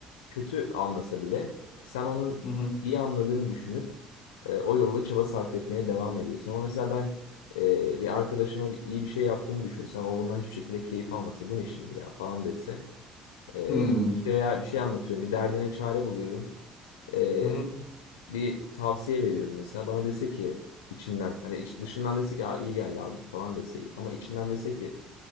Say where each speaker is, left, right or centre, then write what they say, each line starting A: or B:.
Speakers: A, on the left (about 85°); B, on the left (about 65°).
A: kötü anlasa bile sen onun
B: Hı hı.
A: iyi anladığını düşünüp e, o yolda çaba sarf etmeye devam ediyorsun. Ama mesela ben e, bir arkadaşıma bir, iyi bir şey yaptığımı düşünsem o bundan hiçbir şekilde keyif almasa bu ne şimdi ya falan dese e,
B: Hmm.
A: işte veya bir şey anlatıyorum bir derdine çare buluyorum E,
B: Hı hı.
A: bir tavsiye veriyorum mesela bana dese ki içinden hani iç- dışından dese ki Aa, iyi geldi abi falan dese ama içinden dese ki